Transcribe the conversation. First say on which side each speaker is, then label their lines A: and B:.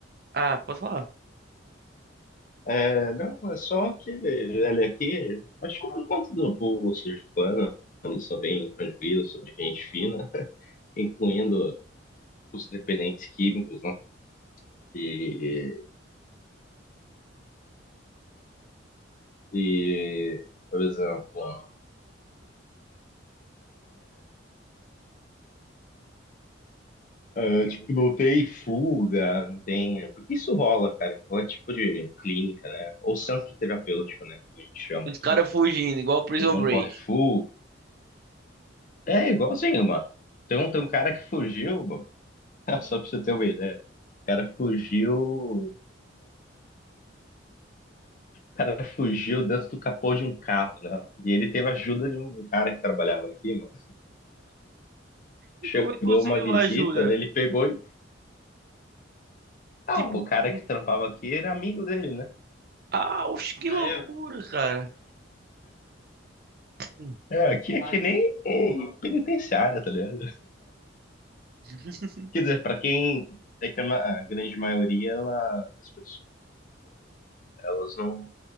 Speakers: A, on the right; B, on the left.
A: ah, posso falar?
B: É, não, é só que, ele aqui, acho que por conta do povo sergipano, eles são bem tranquilos, são bem gente fina, <laughs> incluindo os dependentes químicos, né? E, e, por exemplo, eu, tipo, não tem fuga, não tem. Porque isso rola, cara, que é tipo de clínica, né? Ou centro terapêutico, né? Como a gente chama
A: Os
B: também.
A: caras fugindo, igual Prison
B: Não
A: Break.
B: corre fuga É igualzinho, mano. Tem um, tem um cara que fugiu, mano. <laughs> Só pra você ter uma ideia. O cara fugiu. O cara fugiu dentro do capô de um carro, né? E ele teve a ajuda de um cara que trabalhava aqui, mano.
A: E
B: Chegou
A: como é que conseguiu
B: uma visita,
A: ajuda?
B: né? ele pegou e. Ah,
A: Tipo,
B: o cara
A: um...
B: que trampava aqui era amigo dele, né?
A: ah, oxe, que
B: Ah,
A: loucura,
B: é?
A: cara. Hum.
B: É, aqui é que Ai, nem hum, penitenciária, tá ligado?
A: <laughs>
B: Quer dizer, pra quem. É que a ma- a grande maioria ela- das pessoas, elas não